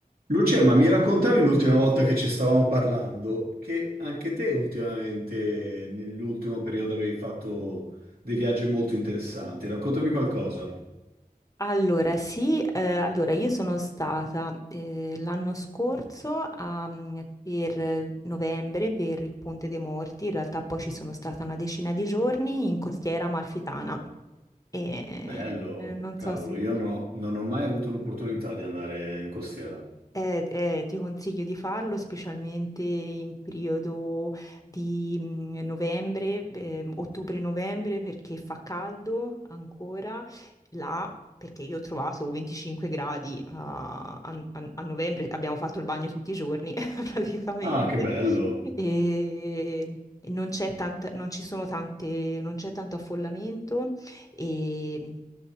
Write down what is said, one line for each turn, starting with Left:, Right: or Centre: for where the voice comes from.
Right: Lucia, ma mi raccontavi l'ultima volta che ci stavamo parlando che anche te ultimamente, nell'ultimo periodo, avevi fatto dei viaggi molto interessanti. Raccontami qualcosa.
Left: Allora, sì, eh, allora io sono stata eh, l'anno scorso a, mm, per eh, novembre per il Ponte dei Morti, in realtà poi ci sono stata una decina di giorni in costiera amalfitana e
Right: Bello,
Left: eh, non
Right: cavolo,
Left: so se
Right: io no- non ho mai avuto l'opportunità di andare in costiera.
Left: Eh, eh, ti consiglio di farlo specialmente in periodo di mm, novembre, eh, ottobre-novembre perché fa caldo ancora là, perché io ho trovato 25 gradi a, a- a- a novembre, abbiamo fatto il bagno tutti i giorni <laughs> praticamente
Right: Ah, che bello.
Left: e e non c'è tanta, non ci sono tante, non c'è tanto affollamento e,